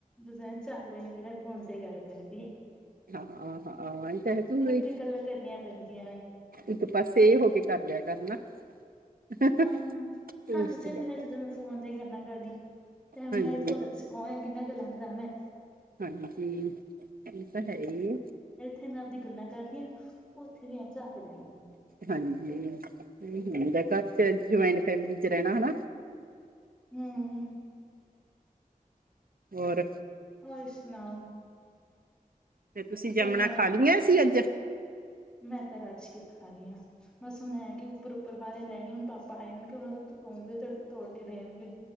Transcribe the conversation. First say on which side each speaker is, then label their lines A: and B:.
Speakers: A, in the centre; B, on the right.
A: ਜਦ ਐੰ ਝਾਕਦੇ ਨੇ, ਕਿਹਦੇ ਫੋਨ, ਤੇ ਗੱਲ ਕਰਦੀ ਐ?
B: <unintelligible> ਹਾਂ, ਹਾਂ, ਏਹ ਤੇ ਹੈ, ਤੂੰ ਵੀ
A: ਕੇ ਗੱਲਾਂ ਕਰਨੀਆਂ ਪੈਂਦੀਆਂ ਨੇ
B: ਇੱਕ ਪਾਸੇ ਏ ਹੋ ਕੇ, ਕਰ ਲਿਆ ਕਰ ਨਾ। <inaudible>
A: ਹਾਂ। ਹੱਸਦੇ ਨੇ ਜਦੋਂ ਮੈਂ ਫੋਨ ਤੇ ਗੱਲਾਂ ਕਰਦੀ, ਤੇ
B: ਹਾਂਜੀ
A: ਮੈਂ ਇੱਕੋ ਦੱਸ, ਕੌਣ ਹੈ ਕਿੱਦਾਂ ਗੱਲਾਂ ਕਰਾਂ ਮੈਂ?
B: ਹਾਂਜੀ, ਇਹ ਤਾਂ ਹੈ ਈ ਹੈ।
A: ਤੇ, ਮੈਂ ਆਪਦੀ ਗੱਲਾਂ ਕਰਦੀ ਆਂ, ਉੱਥੇ ਵੀ ਐ ਝਾਕਦੇ ਨੇ।
B: ਹਾਂਜੀ, ਇਹ ਹੁੰਦਾ। ਘਰ ਚ ਜੁਆਇੰਟ ਫੈਮਿਲੀ ਚ ਰਹਿਣਾ, ਹਨਾ?
A: ਹੂੰ
B: ਹੋਰ।
A: ਹੋਰ, ਸੁਣਾਉ?
B: ਤੇ, ਤੁਸੀਂ ਜਾਮਣਾਂ,
A: ਨਵੀਂ
B: ਖਾ ਲਈਆਂ ਸੀ ਅੱਜ?
A: ਮੈਂ ਤਾਂ, ਰੱਜ ਕੇ ਖਾ ਲਈਆਂ। ਬਸ, ਹੁਣ ਐਂ ਕਿ ਉੱਪਰ-ਉੱਪਰ ਬਾਲੇ ਰਹਿ ਗਈਆਂ, ਹੁਣ ਪਾਪਾ ਆ ਜਾਣਗੇ, ਉਹਨਾਂ ਕਹੂੰਗੀ ਤੋੜ ਕੇ ਦੇਣਗੇ।